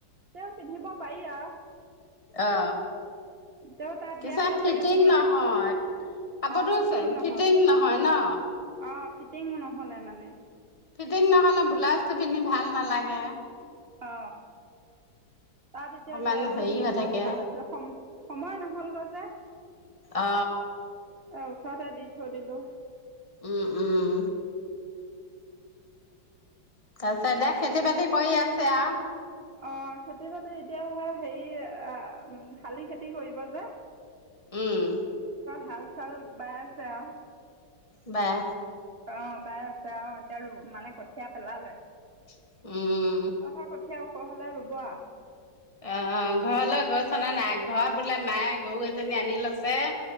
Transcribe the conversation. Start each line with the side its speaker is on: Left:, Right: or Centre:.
Right: তে পিন্ধিব পাৰি আৰু
Left: অ
Right: তেও তাত
Left: কিছুমান
Right: দিয়া হয়
Left: ফিটিং
Right: চাগে ধুনীয়াকৈ
Left: নহয় কাপোৰটো
Right: অঁ নহয়
Left: ফিটিং নহয় ন
Right: অঁ ফিটিং ন হ'লে মানে
Left: ফিটিং নহ'লে ব্লাউজটো পিন্ধি ভাল নালাগে
Right: অ তাত এতিয়া
Left: অকমান
Right: দিয়া গৈ
Left: হেৰি
Right: নে
Left: হৈ
Right: বোলো
Left: থাকে
Right: ভাল আছিল সম সময় নহলগৈ যে
Left: অ
Right: ওচৰতে দি থৈ দিলোঁ
Left: উম উম তাতে দে খেতি বাতি কৰি আছ এয়া
Right: অ খেতি বাতি এতিয়া হেৰি শালি খেতি কৰিব যে
Left: উম
Right: হাল চাল বাই আছে আৰু
Left: বা
Right: অ বাই এ অ এতিয়া মানে কঠিয়া পেলালে
Left: আৰু উম
Right: আহা কঠীয়া ওখ হ'লে ৰুব‌ আ
Left: আহ ঘৰলৈ গৈছ অনা নাই ঘৰত বোলে মায়ে গৰু এজনী আনি লৈছে